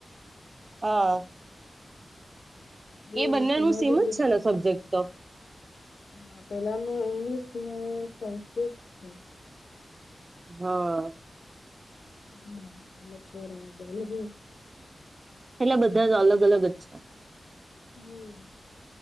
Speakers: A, on the right (about 40°); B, on the left (about 70°).
A: હા!
B: જે
A: એ બંને
B: સામાજિક
A: ન સીમ જ છે ને સબ્જેક્ટ તો?
B: હા એલા ઇગ્લીિશ, સંસ્કૃત છે.
A: હમ
B: ના અપરા <inaudible>
A: એટલા બધા જ અલગ અલગ જ છે.
B: હમ